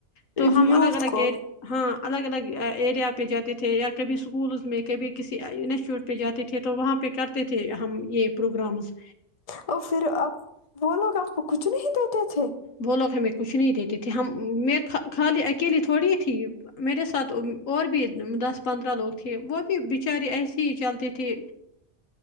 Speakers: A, on the left; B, on the left.
A: تو ہم
B: یوتھ
A: الگ الگ
B: کو
A: ایر ہاں الگ الگ ایریا پہ جاتے تھے یا کبھی اسکولز میں کبھی کسی انسٹیوٹ پہ جاتے تھے تو وہاں پہ کرتے تھے ہم یہ پروگرامس
B: اور پھر اب وہ لوگ اپ کو کچھ نہیں دیتے تھے
A: وہ لوگ ہمیں کچھ نہیں دیتے تھے ہم میں خا خالی اکیلی تھوڑی تھی میرے ساتھ اور بھی دس پندرہ لوگ تھے وہ بھی بیچاری ایسے ہی چلتی تھی